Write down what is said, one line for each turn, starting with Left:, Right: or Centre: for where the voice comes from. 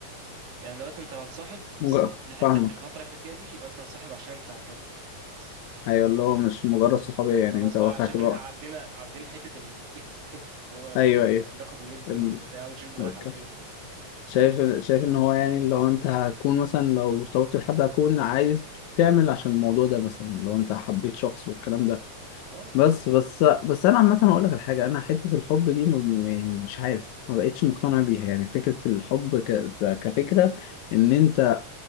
Right: يعني دلوقتي انت لو هتصاحب في
Left: مجرد
Right: الس- في الحته
Left: فاهمك
Right: في الفتره اللي احنا فيها دي يبقى انت هتصاحب عشان انت هتكمل بس
Left: ايوه اللي هو مش مجرد صحابيه
Right: خلاص
Left: يعني انت
Right: بقى
Left: واقعت
Right: شايف
Left: بقى
Right: ان احنا عدينا عدينا حته ال... <laughs> اللي هو
Left: ايوه ايوه
Right: بناخد وندي
Left: ال...
Right: وبتاع ونشوف الدنيا
Left: أوكي.
Right: رايحه على فين الكلام ده
Left: شايف شايف ان هو يعني لو انت هتكون مثلا لو ارتبطت بحد هتكون عايز تعمل عشان الموضوع ده مثلا لو انت حبيت شخص والكلام ده
Right: اه بالظبط
Left: بس بس بس انا عامه اقول لك على حاجه انا حته الحب دي ما- يعني مش عارف ما بقتش مقتنع بيها يعني فكره الحب ك... ز- كفكره ان انت